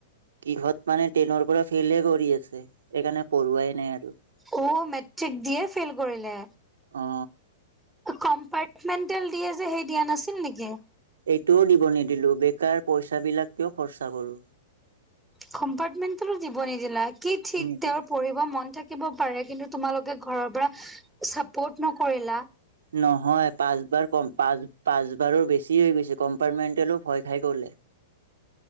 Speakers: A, on the right; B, in the centre.
A: কিহত মানে টেনৰ পৰা ফেইলে কৰি আছে, সেইকাৰণে পঢ়োৱাই নাই আৰু।
B: অ', মেট্ৰিক দিয়ে ফেইল কৰিলে।
A: অ
B: কম্পাৰটমেন্টেল দিয়ে যে সেই দিয়া নাছিল নেকি।
A: এইটোও দিব নিদিলো, বেকাৰ পইচাবিলাক কিয় খৰচা কৰো।
B: কম্পাৰটমেণ্টেলো দিব নিদিলা, কি ঠিক
A: নিদিল
B: তেওঁৰ পৰি ব মন থাকিব পাৰে, কিন্তু তোমালোকে ঘৰৰ পৰা চাপৰ্ট নকৰিলা।
A: নহয় পাঁচবাৰ কম পাঁচ পাঁচবাৰো বেছি হৈ গৈছে, কম্পাৰ্টমেন্টেলো ভয় খাই গ'ল।